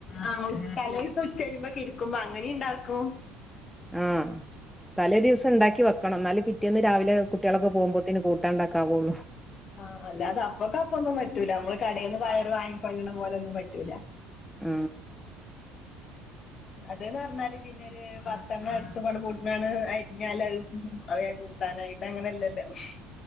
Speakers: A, on the left; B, in the centre.
A: ആഹ് തലേസം ഉച്ചരിയിമ്പക്കിരിക്കുമ്പോ അങ്ങനെണ്ടാക്കും
B: ആ തലേ ദിവസണ്ടാക്കി വെക്ക ക്കണം ന്നാല പിറ്റേന്ന് രാവിലെ കുട്ടിയളൊക്കെ പോകുമ്പോത്തിന് കൂട്ടാണ്ടാക്കാവുള്ളൂ
A: ആ അല്ലാതെ അപ്പക്കപ്പൊന്നും പറ്റൂല നമ്മള് കടേന്ന് പയറ് വാങ്ങിക്കല്ല്ണ പോലൊന്നും പറ്റൂല
B: ആ
A: അത് ന്ന് പറഞ്ഞാല് പിന്നൊര് പത്തെണ്ണട്ത്ത് പൊട്ണാണ് അരിഞ്ഞാല് അത് വേഗം കൂട്ടാനായി ഇത് അങ്ങനല്ലല്ലോ <unintelligible>